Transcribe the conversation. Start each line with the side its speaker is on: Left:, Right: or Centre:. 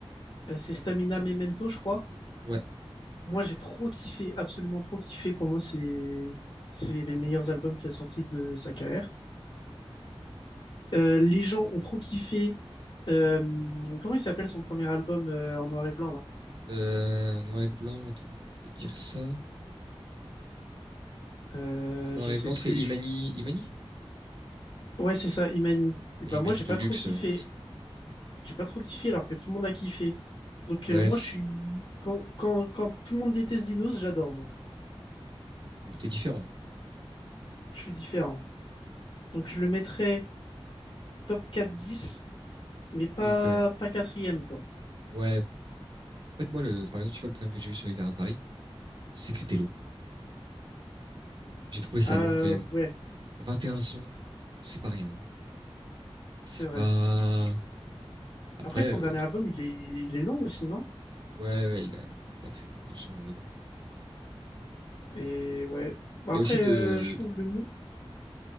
Left: ses Stamina Memento, je crois.
Right: Ouais.
Left: Moi, j'ai trop kiffé, absolument trop kiffé. Pour moi, c'est c'est les meilleurs albums qu'il a sortis de sa carrière. Euh, les gens ont trop kiffé. euh, comment il s'appelle son premier album euh, en noir et blanc là?
Right: Euh, en noir et blanc, attends, je vais te dire ça.
Left: Euh,
Right: En noir
Left: je
Right: et
Left: sais
Right: blanc,
Left: plus.
Right: c'est Imani, Imani?
Left: Ouais, c'est ça, Imani. Et ben
Right: Et Imani
Left: moi, j'ai
Right: de
Left: pas
Right: luxe.
Left: trop kiffé.
Right: euh,
Left: J'ai pas trop kiffé alors que tout le monde a kiffé. Donc
Right: Ouais,
Left: euh, moi,
Right: c'est-
Left: je suis quand quand quand tout le monde déteste Dinos, j'adore moi.
Right: t'es différent.
Left: Je suis différent. Donc je le mettrais top quatre dix, mais pas,
Right: Oui, quand même.
Left: pas quatrième, quoi.
Right: Ouais. En fait, moi, le, par exemple, tu vois, le problème que j'ai eu sur Hiver à Paris, c'est que c'était long. J'ai trouvé ça
Left: Euh,
Right: long quand même.
Left: ouais,
Right: 21 sons, c'est pas rien. hein. C'est
Left: c'est vrai.
Right: pas. Après,
Left: Après, son
Right: euh,
Left: dernier album, il est, il est long aussi, non?
Right: ouais, ouais, il a, il a fait beaucoup de sons, mais bon.
Left: Et ouais. Bah,
Right: Et
Left: Après,
Right: aussi de.
Left: euh, je trouve le mou.